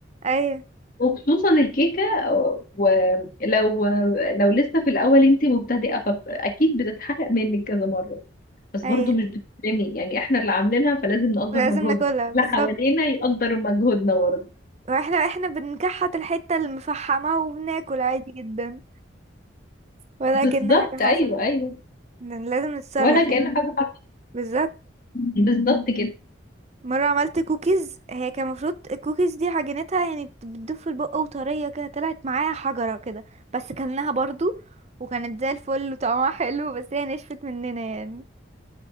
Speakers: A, on the right (about 35°); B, on the left (about 50°).
A: ايوه
B: وخصوصا الكيكه ولو لو لسه في الاول انت مبتدئه فاكيد بتتحقق منك كذا مره بس
A: ايوه
B: برضو مش بتتعمل يعني احنا اللي عاملينها فلازم نقدر
A: لازم
B: مجهودنا
A: ناكلها بالظبط
B: اللي حوالينا يقدر مجهودنا برضه
A: واحنا احنا بنكحت الحته المفحمه وبناكل عادي جدا ولا
B: بالظبط
A: كأن حاجة حصلت
B: ايوه ايوه
A: ن- لازم نتصرف
B: ولا
A: يعني
B: كأن حاجه حصلت
A: بالظبط
B: بالظبط كده
A: مرة عملت كوكيز هي كان المفروض الكوكيز دي عجينتها يعني بت- بتدوب في البق وطرية كده طلعت معايا حجرة كده بس كلناها برضو وكانت زي الفل وطعمها حلو بس هي نشفت مننا يعني